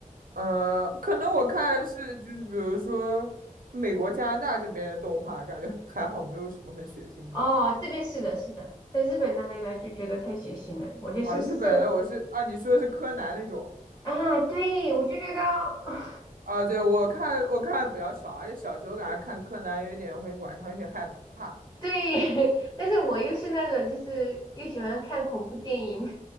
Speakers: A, on the right (about 85°); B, on the left (about 25°).
A: 嗯呃，可能我看的是就是比如说美国、加拿大这边的动画，感觉 <laughs> 还好，没有什么很血腥的
B: 哦，这边是的，是的，在日本那边呢就觉得太血腥了，我觉得是不是受？
A: 啊，日本的我是啊，你说的是柯南那种
B: 啊，对，我就觉得，
A: 啊？对，我看我看的比较少，而且小时候感觉看柯南有点会晚上有点害怕
B: 对，<laughs> 但是我又是那种就是又喜欢看恐怖电影，